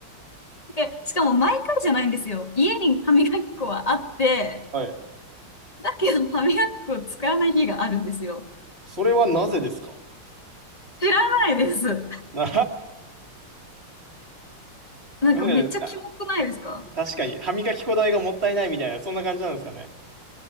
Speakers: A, on the left (about 20°); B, on the right (about 30°).
A: で、しかも毎回じゃないんですよ。家に歯磨き粉はあって、
B: はい。
A: だけど歯磨き粉を使わない日があるんですよ。
B: それはなぜですか
A: 知らないです。
B: <laughs> ね
A: なんかめっちゃキモくないですか
B: え、あ確かに。歯磨き粉代がもったいないみたいな、そんな感じなんですかね。